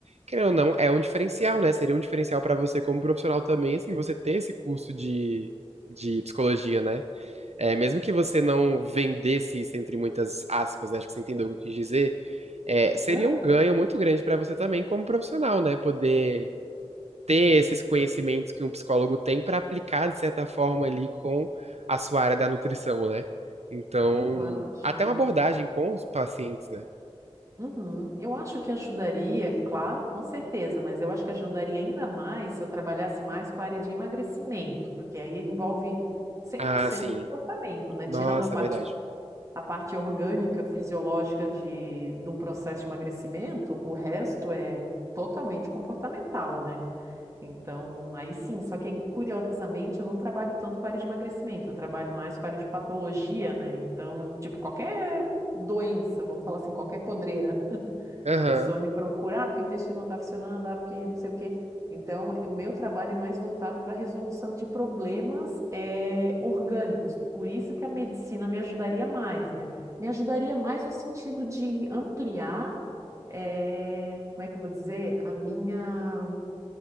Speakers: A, on the right; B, on the right.
A: querendo ou não, é um diferencial, né? Seria um diferencial para você como profissional também, assim, você ter esse curso de, de psicologia, né? É, mesmo que você não vendesse isso entre muitas aspas, né? Acho que você entendeu o que eu quis dizer. É, seria
B: aham.
A: um ganho muito grande para você também como profissional, né? Poder ter esses conhecimentos que um psicólogo tem para aplicar, de certa forma, ali com a sua área da nutrição, né? Então,
B: Eu acho,
A: até uma abordagem com os pacientes, né?
B: uhum, eu acho que ajudaria, claro, com certeza, mas eu acho que ajudaria ainda mais se eu trabalhasse mais com a área de emagrecimento, porque aí envolve cem
A: Ah,
B: por cento
A: sim.
B: comportamento, né?
A: Nossa,
B: Tirando a parte
A: é verdade.
B: a parte orgânica, fisiológica de, de um processo de emagrecimento, o resto é totalmente comportamental, né? Então, aí sim, só que curiosamente eu não trabalho tanto com a área de emagrecimento, eu trabalho mais com a área de patologia, né? Então, tipo, qualquer doença, vamos falar assim, qualquer podreira
A: Aham,
B: a pessoa me procura, ah, porque o intestino não está funcionando, ah, porque não sei o quê. Então, o meu trabalho é mais voltado para a resolução de problemas eh, orgânicos. Por isso que a medicina me ajudaria mais, né? Me ajudaria mais no sentido de ampliar, eh, como é que eu vou dizer, a minha